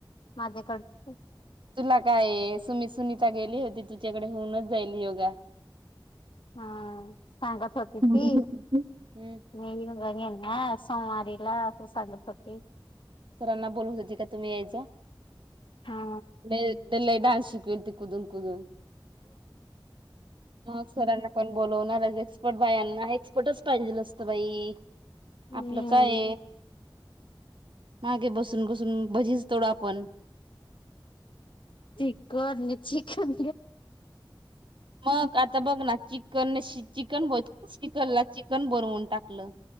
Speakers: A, on the left (about 75°); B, on the right (about 75°).
A: माजा करत
B: तुला काय सु्ी सुनीता गेली होती. तुझ्याकडे होऊनच जाईल योगा
A: हा सांगत होती ती,
B: हम्म
A: मी हा सोमवारीला सांगत होती
B: सरांना बोलू हो का तुम्ही यायच?
A: हा
B: म ल डानस शिकती कुदून कुदून मगसर बोलवणारच एक्सपर्ट बाया यांना एक्सपर्टच पाहिजे असतं बाई
A: हम्म
B: आपलं काय मागे बसून बसून भजीच तळू आपण
A: चिकन चिकन
B: म का आता बघ ना चिकनने चिकन ब चिकन ला चिकन बनवून टाकलं